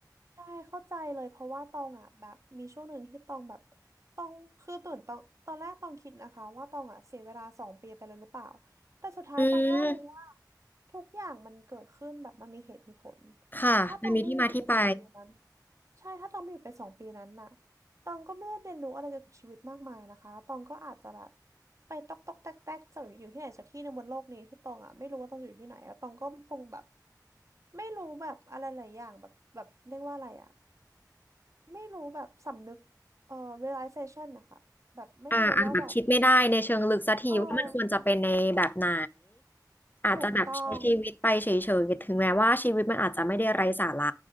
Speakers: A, on the right; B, on the left.
A: ใช่เข้าใจเลยเพราะว่าตองอ่ะแบบมีช่วงหนึ่งที่ตองแบบตองคือตื่นตองตอนแรกตองคิดนะคะว่าตองอ่ะเสียเวลาสองปีไปเลยหรือเปล่าแต่สุดท้ายตองก็รู้ว่า
B: อืม
A: ทุกอย่างมันเกิดขึ้นแบบมันมีเหตุมีผล
B: ค่ะมันมีที่มาที่ไป
A: ถ้าตองไม่หยุดไปสองปีนั้นใช่ถ้าตองไม่หยุดไปสองปีนั้นน่ะ ตองก็ไม่ได้เรียนรู้อะไรเกี่ยวกับชีวิตมากมายนะคะแล้วตองก็อาจจะแบบไปตอกตอกแตกแตกจะอยู่ที่ไหนสักที่หนึ่งบนโลกนี้ที่ตองอ่ะไม่รู้ว่าตองจะอยู่ที่ไหนแล้วตองก็คงแบบไม่รู้แบบอะไรหลายอย่างแบบแบบเรียกว่าอะไรอ่ะไม่รู้แบบสำนึกเอ่อ realization นะคะแบบไม่รู้ว่าแบบ
B: อ่าอ่ะแบบคิดไม่ได้ในเชิงลึกสักทีว่ามันควรจะเป็นในแบบไหน
A: เออ
B: อาจจะแบบใช้ชีวิตไปเฉยๆถึงแม้ว่าชีวิตมันอาจจะไม่ได้ไร้สาระ
A: ถูกต้อง